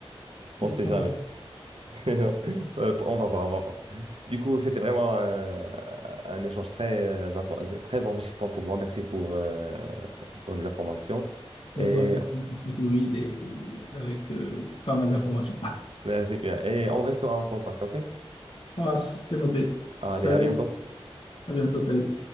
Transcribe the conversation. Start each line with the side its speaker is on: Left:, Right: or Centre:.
Right: On
Left: Je
Right: ne sait
Left: comprends
Right: jamais.
Left: pas.
Right: <laughs> Non. Euh, on va pas, on va pas. Du coup, c'était vraiment un, un échange très, euh, impo- très enrichissant pour moi. Merci pour, euh, pour les informations.
Left: D'accord,
Right: Et
Left: c'est avec Louis et avec euh, pas mal d'informations. <laughs>
Right: merci bien. Et on restera en contact, OK?
Left: Ça marche, c'est noté.
Right: Allez,
Left: Salut,
Right: à bientôt.
Left: à bientôt, salut.